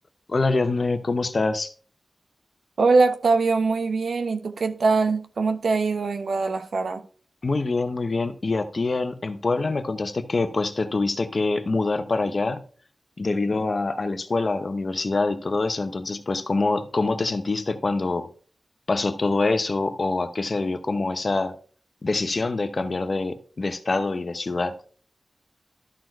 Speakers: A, on the left; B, on the right.
A: Hola Ariadne, ¿cómo estás?
B: Hola Octavio, muy bien. ¿Y tú qué tal? ¿Cómo te ha ido en Guadalajara?
A: Muy bien, muy bien. ¿Y a ti en, en Puebla me contaste que pues te tuviste que mudar para allá debido a, a la escuela, a la universidad y todo eso? Entonces, pues, ¿cómo, cómo te sentiste cuando pasó todo eso o a qué se debió como esa decisión de cambiar de, de estado y de ciudad?